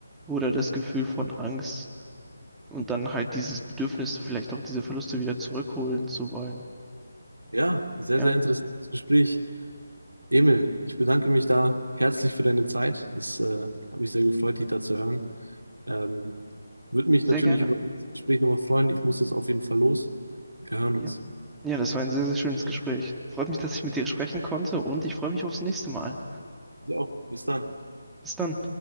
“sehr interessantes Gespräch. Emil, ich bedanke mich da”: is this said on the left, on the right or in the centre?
Right